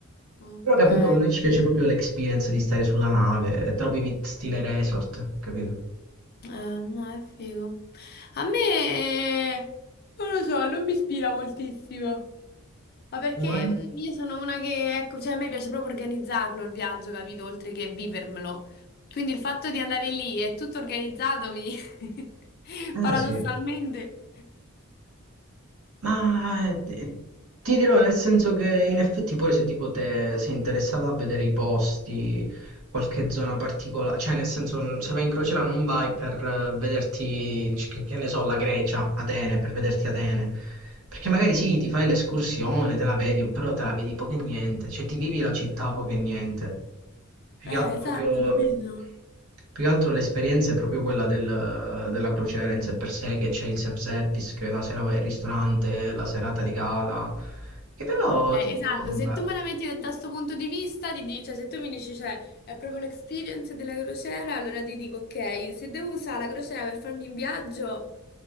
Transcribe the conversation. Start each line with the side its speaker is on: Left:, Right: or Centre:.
Left: Ok,
Right: Però ho capito,
Left: Eh,
Right: a noi ci piace proprio l'experience di stare sulla nave, troppi vit stile resort, capito?
Left: no, è figo. A me, eh, non lo so, non mi ispira moltissimo. Ma perché
Right: Vuoi?
Left: mh, io sono una che, ecco, cioè a me piace proprio organizzarlo il viaggio, capito? Oltre che vivermelo. Quindi il fatto di andare lì e tutto organizzato mi... <laughs>
Right: Eh
Left: paradossalmente...
Right: sì. Ma eh, ti ti dirò nel senso che in effetti pure se tipo te sei interessato a vedere i posti, qualche zona particolare, cioè nel senso n- se vai in crociera non vai per eh, vederti, c- che, che ne so, la Grecia, Atene, per vederti Atene, perché magari sì, ti fai l'escursione, te la vedi, però te la vedi poco e niente, cioè ti vivi la città poco e niente. Più
Left: Eh,
Right: che altro,
Left: esatto,
Right: proprio-
Left: capito?
Right: più che altro l'esperienza è proprio quella del- della crociera in sé per sé, che c'è il self-service, che la sera vai al ristorante, la serata di gala, che però,
Left: Eh,
Right: tipo,
Left: esatto,
Right: beh,
Left: se tu me la metti da, da sto punto di vista, ti dici, cioè, se tu mi dici, cioè, è proprio l'experience della crociera, allora ti dico, ok, se devo usare la crociera per farmi un viaggio,